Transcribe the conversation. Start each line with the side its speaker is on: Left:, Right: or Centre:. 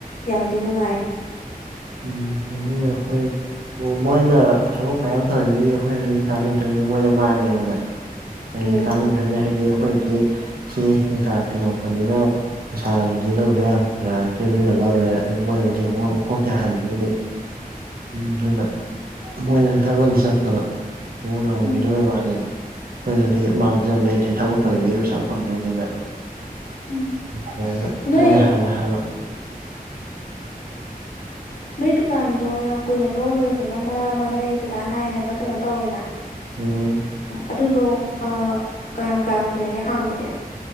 Left: ꯌꯥꯝꯗꯤ ꯅꯨꯡꯉꯥꯏ
Right: ꯎꯝ ꯐꯩꯌꯦ ꯑꯩꯈꯣꯏ ꯎꯝ ꯃꯣꯏꯅ ꯊꯕꯛ ꯃꯌꯥꯝ ꯇꯧꯔꯤꯁꯤꯗꯤ ꯑꯩꯈꯣꯏꯗꯗꯤ ꯀꯥꯟꯅꯗꯣꯏꯅꯤ ꯃꯣꯏꯅ ꯃꯥꯡꯉꯦꯗꯅ ꯍꯥꯏꯗꯤ
Left: ꯎꯝ
Right: ꯀꯥꯟꯅꯗꯣꯏꯅꯤ ꯍꯥꯏꯗꯤ ꯑꯩꯈꯣꯏꯗꯤ ꯁꯤ ꯍꯤꯡꯈꯥ ꯇꯤꯡꯉꯛꯄꯅꯤꯅ ꯄꯩꯁꯥꯗꯨꯗꯤ ꯂꯧꯗ ꯌꯥꯗ ꯑꯗꯨꯅ ꯂꯧꯔꯦ ꯑꯗꯨ ꯃꯣꯏꯅꯗꯤ ꯑꯃꯨꯛ ꯑꯃꯨꯛ ꯃꯀꯣꯛꯇꯩ ꯍꯟꯗꯣꯏꯅꯤ ꯑꯗꯨꯅ ꯃꯣꯏꯅ ꯊꯥꯕꯜ ꯆꯠꯄꯗꯣ ꯑꯃꯨꯛ ꯅꯨꯡꯉꯥꯏꯕꯤꯗꯕꯩ
Left: ꯎꯝ
Right: ꯋꯥꯅꯤꯗ ꯑꯩꯈꯣꯏꯗꯗꯤ ꯃꯥꯡꯖꯕ ꯂꯩꯇꯦ ꯊꯕꯛ ꯇꯧꯔꯤꯉꯩ ꯄꯩꯁꯥ ꯐꯪꯗꯣꯏꯅꯤꯅ
Left: ꯎꯝ
Right: ꯑꯗꯨꯃꯥꯏꯅ
Left: ꯅꯣꯏ
Right: ꯃꯣꯏ ꯍꯥꯟꯅ ꯍꯥꯟꯅ
Left: ꯅꯣꯏ ꯗꯨꯀꯥꯟꯗꯣ ꯌꯥꯝ ꯀꯨꯏꯅ ꯂꯣꯜꯂꯨꯔꯦꯗꯅ ꯃꯔꯛ ꯑꯃꯥ ꯅꯣꯏ ꯗꯗꯥ ꯅꯥꯏ ꯍꯥꯏꯕ꯭ꯔ ꯀꯩꯅꯣ ꯇꯧꯑꯦꯅ
Right: ꯎꯝ
Left: ꯑꯗꯨꯗꯣ ꯑ ꯀꯌꯥꯝ ꯀꯌꯥꯝ ꯀꯨꯏꯔꯒꯦ ꯍꯪ ꯍꯥꯡꯕꯗꯤ